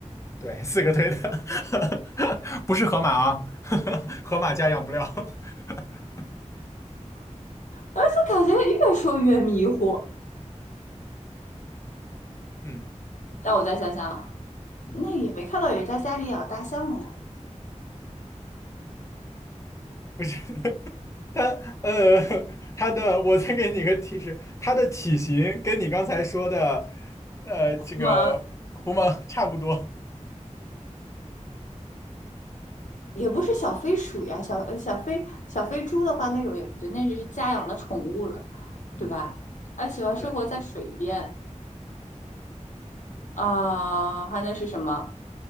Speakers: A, on the left; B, on the left.
A: 对，<laughs> 四个腿的，<laughs> 不是河马啊，<laughs> 河马家养不了。<laughs>
B: 而且感觉越说越迷糊。
A: 嗯
B: 让我再想想，
A: 嗯，
B: 那也没看到人家家里养大象呀，
A: 不是 <laughs> 它，呃，它的，我再给你个提示，它的体型跟你刚才说的，呃，
B: 我们
A: 这个狐獴差不多。
B: 也不是小飞鼠呀，小呃小飞小飞猪的话那种也不对，那是家养的宠物了，
A: 嗯，
B: 对吧？而喜欢生活在水边
A: 对，
B: 啊，还能是什么？